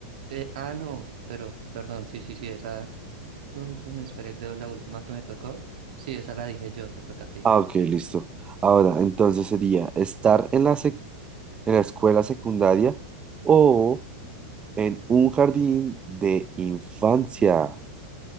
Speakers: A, on the right; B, on the right.
A: Eh, ah, no, pero perdón, sí, sí, sí, esa. Tun, tun, espera, y leo la última que me tocó. Sí, esa la dije yo, te toca a ti.
B: Ah, ok, listo. Ahora, entonces sería estar en la en la escuela secundaria o en un jardín de infancia.